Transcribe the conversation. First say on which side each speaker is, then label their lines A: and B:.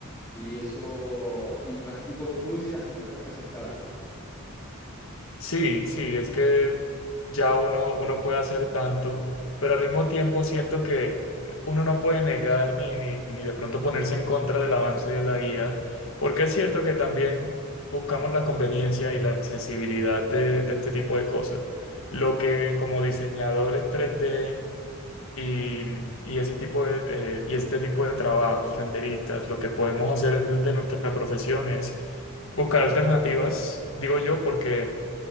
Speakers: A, on the left (about 15°); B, on the left (about 65°).
A: y eso, y, bast- y como tú dices, bastante aceptable.
B: Sí, sí, es que ya uno, uno puede hacer tanto, pero al mismo tiempo siento que eh, uno no puede negar ni, ni, ni de pronto ponerse en contra del avance de la IA, porque es cierto que también buscamos la conveniencia y la accesibilidad de, de este tipo de cosas. Lo que como diseñadores tres d y, y ese tipo de, eh, y este tipo de trabajos, renderistas, lo que podemos hacer desde nuestra profesión es buscar alternativas, digo yo, porque